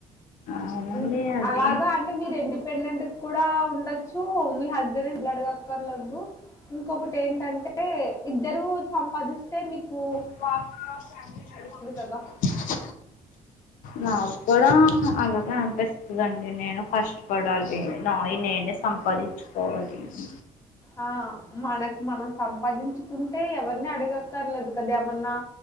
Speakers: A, on the left; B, on the left.
A: అవునండి
B: హ్మ్.
A: అది
B: అలాగా అంటే మీరు ఇండిపెండెంట్ కూడా ఉండొచ్చు. మీ హస్బెండ్‌ని డబ్బులు అడగక్కర్లేదు. ఇంకొకటేంటంటే ఇద్దరూ సంపాదిస్తే మీకు
A: బాగా ఫ్యామిలీ నడుస్తది
B: కదా!
A: కద నా కూడా అలాగే అనిపిస్తుదండి. నేను కష్టపడాలి నాయి నేనే సంపాదించుకోవాలి అని
B: ఆ మనకు మనం సంపాదించుకుంటే ఎవరిని అడగక్కర్లేదు కదా ఏమన్నా